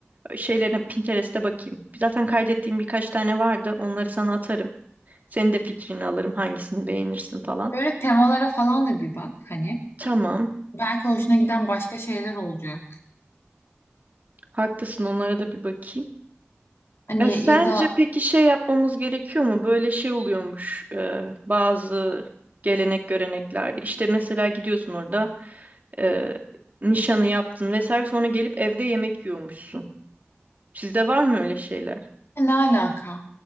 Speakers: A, on the right; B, on the left.
A: şeylerine Pinterest'te bakayım. Zaten kaydettiğim birkaç tane vardı. Onları sana atarım. Senin de fikrini alırım. Hangisini beğenirsin falan.
B: Böyle temalara falan da bir bak hani.
A: Tamam.
B: Belki hoşuna giden başka şeyler olacak.
A: Haklısın. Onlara da bir bakayım.
B: Hani
A: Ya sence
B: ya da
A: peki şey yapmamız gerekiyor mu? Böyle şey oluyormuş e, bazı gelenek göreneklerde. İşte mesela gidiyorsun orada e, nişanı yaptın vesaire sonra gelip evde yemek yiyormuşsun. Sizde var mı öyle şeyler?
B: ne alaka?